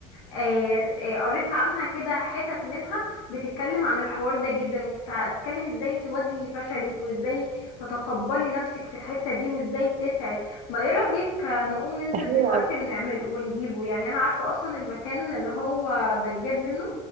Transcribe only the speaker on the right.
ده حلو
قوي